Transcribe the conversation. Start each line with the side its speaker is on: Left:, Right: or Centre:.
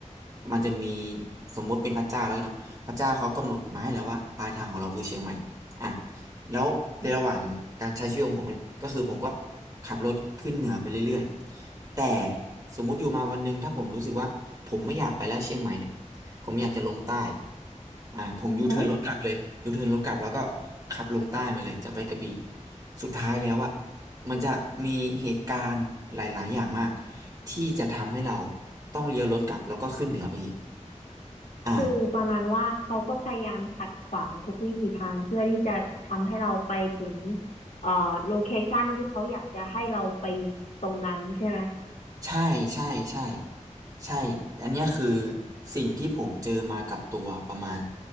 Right: มันจะมีสมมติเป็นพระเจ้าแล้วกันเนาะพระเจ้าเขากำหนดมาให้แล้วว่าปลายทางของเราคือเชียงใหม่อ่ะแล้วในระหว่างการใช้ชีวิตของผมเนี่ยก็คือผมก็ขับรถขึ้นเหนือไปเรื่อยๆแต่สมมติอยู่มาวันหนึ่งถ้าผมรู้สึกว่าผมไม่อยากไปแล้วเชียงใหม่เนี่ย ผมอยากจะลงใต้อ่าผมยูเทิร์นรถกลับเลยยูเทิร์นรถกลับแล้วก็
Left: อือฮึ
Right: ขับลงใต้มาเลย จะไปกระบี่สุดท้ายแล้วอะมันจะมีเหตุการณ์หลายๆอย่างมากที่จะทำให้เราต้องเลี้ยวรถกลับแล้วก็ขึ้นเหนือไปอีกอ่า
Left: คือประมาณว่าเขาก็พยายามขัดขวางทุกวิถีทางเพื่อที่จะทำให้เราไปถึงเอ่อโลเคชันที่เขาอยากจะให้เราไปตรงนั้นใช่ไหม
Right: ใช่ใช่ใช่ใช่อันเนี้ยคือสิ่งที่ผมเจอมากับตัวประมาณ